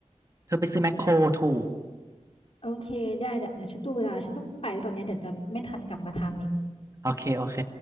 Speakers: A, on the right; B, on the left.
A: เธอไปซื้อแมคโครถูก
B: โอเคได้แต่เดี๋ยวฉันดูเวลาฉันต้องไปแล้วตอนเนี้ยเดี๋ยวจะไม่ทันกลับมาทำอีก
A: โอเค โอเค